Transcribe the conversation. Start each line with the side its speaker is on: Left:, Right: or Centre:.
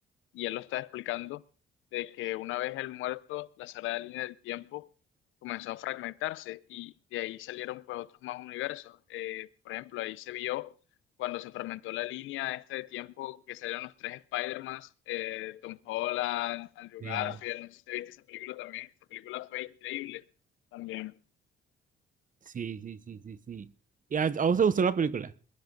Left: y él lo está explicando de que una vez el muerto, la sagrada línea del tiempo comenzó a fragmentarse y de ahí salieron pues otros más universos. Eh, por ejemplo, ahí se vio cuando se fragmentó la línea esta de tiempo que salieron los tres Spider-Mans, eh, Tom Holland, Andrew
Right: Sí,
Left: Garfield, no sé si te viste esa película también, esa película fue increíble también.
Right: sí, sí, sí, sí. sí. ¿Y a, a vos te gustó la película?